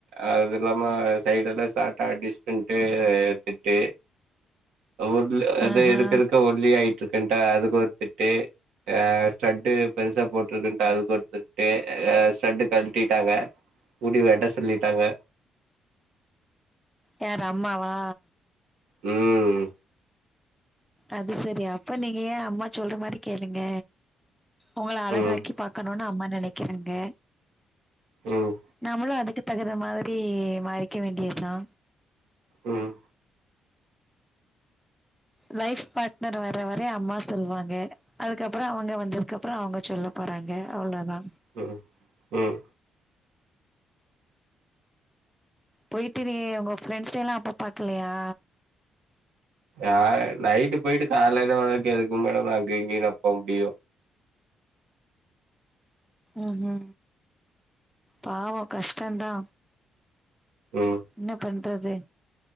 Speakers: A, on the right (about 80°); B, in the centre.
A: அது இல்லாம சைடு எல்லா ஷாட்டா டிஸ்டன்ட்டு எத்துட்டு ஒல் அது
B: ஆஹா
A: இருக் இருக்க ஒல்லியாயிட்டு இருக் கன்ட்டு அதுக்கு ஒரு திட்டு ஸ்டட்டு பெருசா போட்ருக்கன்ட்டு அதுக்கொரு திட்டு ஸ்டட்டு கழ்ட்டிட்டாங்க முடி வெட்ட சொ சொல்லிட்டாங்க
B: யாரு அம்மாவா
A: ம்
B: அது சரி அப்ப நீங்க ஏ அம்மா சொல்ற மாரி கேளுங்க உங்கள அழகாக்கி
A: ம்
B: பாக்கணுனு அம்மா நெனைக்கிறாங்க
A: ம்
B: நாமளு அதுக்கு தகுந்த மாதிரி மாறிக்க வேண்டியதுதா
A: ம்
B: லைஃப் பார்ட்னர் வர்றவரை அம்மா சொல்வாங்க அதுக்கப்புற அவுங்க வந்ததுக்கப்புற அவுங்க சொல்ல போறாங்க அவ்ளதா
A: ம் ம்
B: போயிட்டு நீ உங்க ஃப்ரெண்ட்ஸ்ட்ட எல்லா அப்ப பாக்கலையா
A: ஆ நைட்டு போயிட்டு காலைல வரதுக்கு எதுக்குங் மேடம் அங்க இங்கயுனா போக முடியு
B: ம் ஹு பாவ கஷ்டந்தா
A: ம்
B: என்ன பண் ட்றது